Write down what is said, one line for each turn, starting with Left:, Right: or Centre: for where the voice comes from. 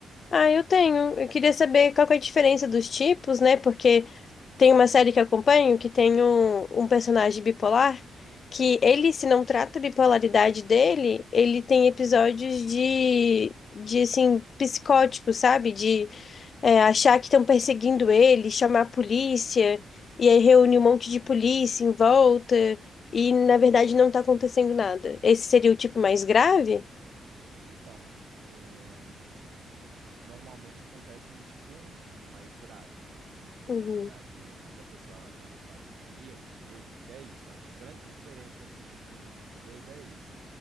Left: Ah, eu tenho. Eu queria saber qual que é a diferença dos tipos, né? Porque. Tem uma série que eu acompanho que tem um, um personagem bipolar que ele, se não trata a bipolaridade dele, ele tem episódios de, de assim, psicótico, sabe? De é, achar que estão perseguindo ele, chamar a polícia, e aí reúne um monte de polícia em volta, e na verdade não tá acontecendo nada. Esse seria o tipo mais grave?
Right: Então, é, Normalmente acontece no tipo um, tipo mais grave, né? O tipo
Left: Uhum.
Right: mais grave, quando a pessoa ela tá na fase maníaca mesmo, que é isso, ó. A grande diferença entre o tipo um e o tipo 2 é isso.